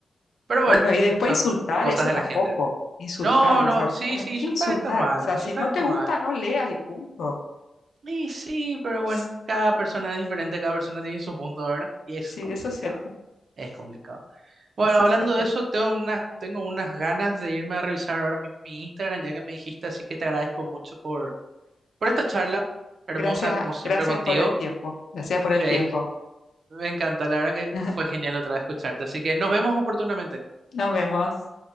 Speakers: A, on the right; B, on the left.
A: Pero
B: Bueno,
A: bueno,
B: y después
A: son
B: insultar,
A: cosas
B: eso
A: de
B: tampoco.
A: la gente.
B: Insultar,
A: No,
B: o
A: no,
B: sea,
A: sí,
B: ¿para
A: sí,
B: qué
A: insultar
B: insultar?
A: está mal,
B: O sea,
A: insultar
B: si no
A: está
B: te gusta,
A: mal.
B: no leas y punto.
A: Y sí, pero bueno,
B: Ps,
A: cada persona es diferente, cada persona tiene su mundo, ¿verdad? Y es
B: Sí,
A: complicado,
B: eso es cierto,
A: es complicado. Bueno,
B: eso
A: hablando
B: es cierto.
A: de eso, tengo una, tengo unas ganas de irme a revisar ahora mismo mi Instagram, ya que me dijiste, así que te agradezco mucho por, por esta charla, hermosa
B: Gracias,
A: como siempre
B: gracias
A: contigo.
B: por el tiempo, gracias por el
A: Eh,
B: tiempo.
A: me encanta, la verdad que
B: <laughs>
A: fue genial otra vez escucharte, así que nos vemos oportunamente.
B: Nos vemos.